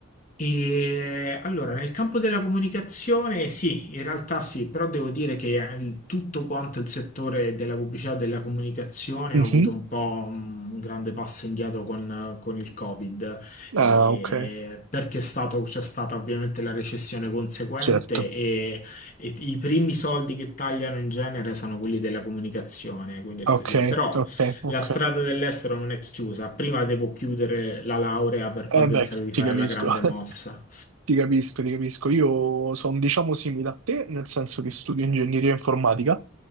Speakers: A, on the left; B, on the right.
A: E allora, nel campo della comunicazione, sì, in realtà sì, però devo dire che eh, il- tutto quanto il settore della pubblicità e della comunicazione
B: Mhm.
A: ha avuto un po' mm, un grande passo indietro con, con il Covid, e-
B: Ah, ok,
A: eh, perché è stato- c'è stata ovviamente la recessione conseguente
B: certo.
A: e, e i primi soldi che tagliano in genere sono quelli della comunicazione, quindi è così.
B: Ok,
A: Però
B: ok, ok.
A: la strada dell'estero non è chiusa. Prima devo chiudere la laurea per
B: Eh
A: poi pensare
B: beh,
A: di
B: ti
A: fare
B: capisco,
A: la grande mossa.
B: <laughs> ti capisco, ti capisco.
A: Eh
B: Io
A: sì.
B: sono, diciamo, simile a te, nel senso che studio ingegneria informatica